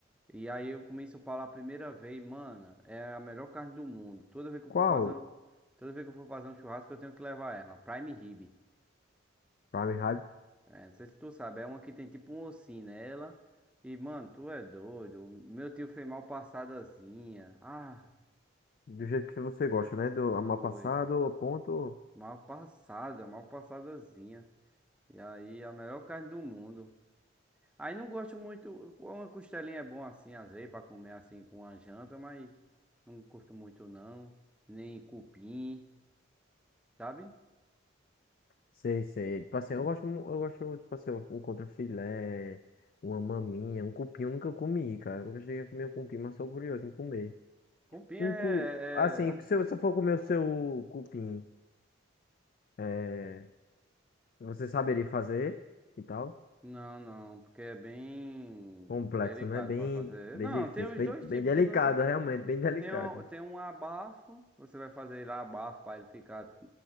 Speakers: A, in the centre; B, on the left.
A: E aí eu comi isso para lá a primeira vez, mano, é a melhor carne do mundo. Toda vez que eu
B: Qual?
A: for fazer um, toda vez que eu for fazer um churrasco, eu tenho que levar ela, Prime Rib.
B: prime Fahrenheit,
A: É, não sei se tu sabe, é uma que tem tipo um ossinho nela. E, mano, tu é doido. Meu tio fez mal passadazinha. Ah,
B: do jeito que você gosta, né? Do amapassado,
A: foi.
B: ponto.
A: Mal passada, mal passadazinha. E aí, a melhor carne do mundo. Aí não gosto muito. Uma costelinha é bom assim, às vezes, pra comer assim com a janta, mas não curto muito não nem cupim. Sabe?
B: Sei, sei. Tipo assim, eu gosto, mu- eu gosto, tipo assim, um um contrafilé, uma maminha, um cupim eu nunca comi, cara. Eu nunca cheguei a comer um cupim, mas sou curioso em comer.
A: Cupim é,
B: Um cu... Assim,
A: é- ah,
B: se você for comer o seu cupim, é, você saberia fazer e tal?
A: Não, não, porque é bem
B: Complexo,
A: delicado
B: né? Bem,
A: pra fazer.
B: bem
A: Não,
B: difícil,
A: tem os
B: bem,
A: dois
B: bem
A: tipos
B: delicado,
A: de você.
B: realmente, bem delicado.
A: Tem um, tem um abafo, você vai fazer lá abafo para ele ficar